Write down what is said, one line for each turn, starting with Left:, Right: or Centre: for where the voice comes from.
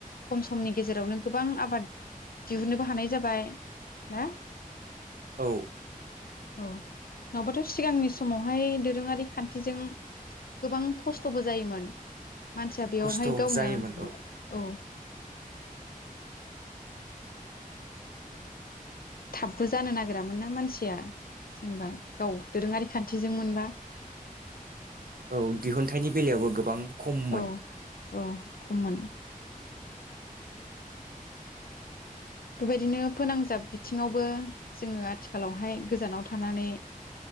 Left: खम समनि गेजेरावनो गोबां आबाद दिहुनोबो हानाय जाबाय ना?
Right: औ
Left: औ नङाबाथ' सिगांनि समावहाय दोरोङारि खान्थिजों गोबां खस्थ'बो जायोमोन। मानसिया बेयावहाय
Right: खस्थ'
Left: गावनो
Right: जायोमोन औ
Left: औ। थाबबो जानो नागिरामोन ना मानसिया जेनेबा गाव दोरोङारि खान्थिजों मोनबा।
Right: औ दिहुनथाइनि बेलायावबो गोबां खममोन।
Left: औ औ खममोन बेबायदिनो फोनांजाब बिथिङावबो जोङो आथिखालावहाय गोजानाव थानानै